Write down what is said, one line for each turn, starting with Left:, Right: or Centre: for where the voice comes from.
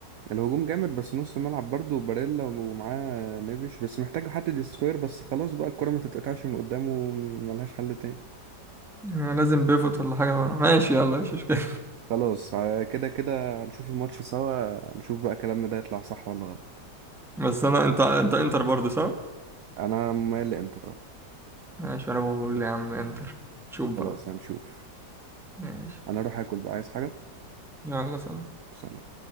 Right: <laughs> الهجوم جامد بس نص ملعب برضه وباريلا ومعاه نيفيش بس محتاج حد ديستروير بس خلاص بقى الكرة ما تتقطعش من قدامه ملهاش حل تاني
Centre: آه، لازم بيفوت ولا حاجة بقى. ماشي يلا مش مشكلة
Right: خلاص آه، كده كده هنشوف الماتش سوا نشوف بقى كلامنا ده يطلع صح ولا غلط
Centre: <laughs> بس أنا أنت أنت إنتر برضه صح؟
Right: انا مال انتر آه.
Centre: ماشي أنا بقول يا عم إنتر شوف بقى
Right: خلاص هنشوف
Centre: ماشي
Right: انا اروح اكل بقى عايز حاجة
Centre: يلا سلام
Right: سلام